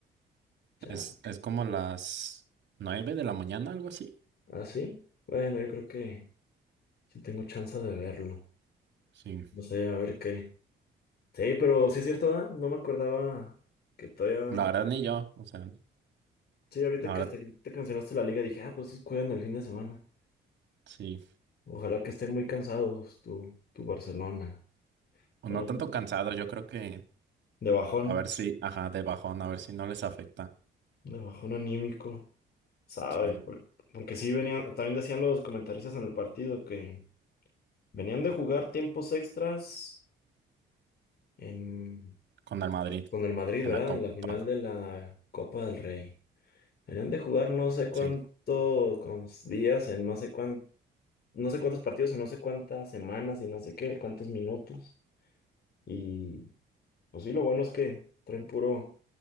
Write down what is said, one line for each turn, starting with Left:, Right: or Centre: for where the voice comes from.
Left: Ya.
Right: es, es como las nueve de la mañana, algo así.
Left: ¿Ah, sí? Bueno, yo creo que sí tengo chance de verlo.
Right: Sí,
Left: No sé, a ver qué. Sí, pero sí es cierto, ¿verdad? No me acordaba que todavía.
Right: la verdad ni yo, o sea,
Left: Sí, ahorita
Right: la
Left: que
Right: verdad,
Left: hasta que te mencionaste la liga, dije, ah, pues estos juegan el fin de semana.
Right: sí.
Left: Ojalá que estén muy cansados, tu, tu Barcelona.
Right: O
Left: Para
Right: no
Left: ir
Right: tanto cansado, yo creo que
Left: de bajón,
Right: a ver si, ajá, de bajón, a ver si no les afecta.
Left: de bajón anímico. ¿Sabe?
Right: Sí.
Left: Por- Porque sí venían, también decían los comentaristas en el partido que venían de jugar tiempos extras en,
Right: con el Madrid
Left: con el Madrid,
Right: en
Left: ¿verdad?
Right: la Copa.
Left: En la final de la Copa del Rey. Venían de jugar no sé cuántos
Right: Sí,
Left: días, en no sé cuán, no sé cuántos partidos, en no sé cuántas semanas y no sé qué, cuántos minutos. Y pues sí, lo bueno es que traen puro,